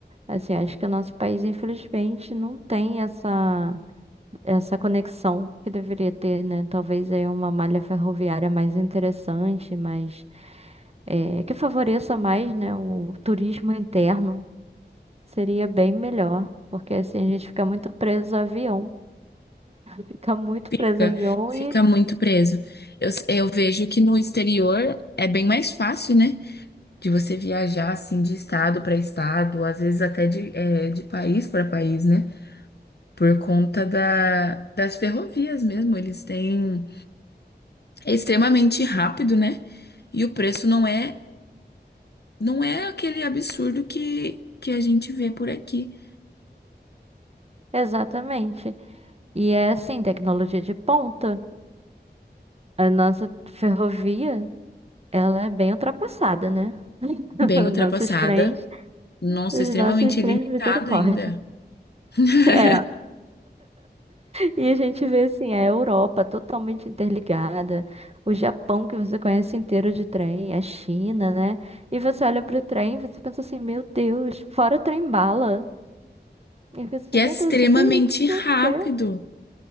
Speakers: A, on the right; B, on the left.
A: Assim, acho que o nosso país, infelizmente, não tem essa, essa conexão que deveria ter, né? Talvez aí uma malha ferroviária mais interessante, mais, eh, que favoreça mais, né, o turismo interno. Seria bem melhor, porque assim a gente fica muito preso a avião. Fica muito
B: Fica,
A: preso a avião
B: fica
A: e...
B: muito preso. Eu, eu vejo que no exterior é bem mais fácil, né? De você viajar, assim, de estado para estado, às vezes até de, é, de país para país, né? Por conta da, das ferrovias mesmo. Eles têm. é extremamente rápido, né? E o preço não é não é aquele absurdo que que a gente vê por aqui.
A: Exatamente. E é assim, tecnologia de ponta. A nossa ferrovia Ela é bem ultrapassada, né? <laughs>
B: Bem ultrapassada,
A: Os nossos trens,
B: nossa,
A: os
B: extremamente
A: nossos trens,
B: limitado
A: misericórdia.
B: ainda. <laughs>
A: É. E a gente vê assim, a Europa totalmente interligada, o Japão que você conhece inteiro de trem, a China, né? E você olha pro trem e você pensa assim, meu Deus, fora o trem bala. E você pensa assim,
B: Que
A: meu
B: é extremamente
A: Deus, isso tem o que tinha
B: rápido.
A: que ter?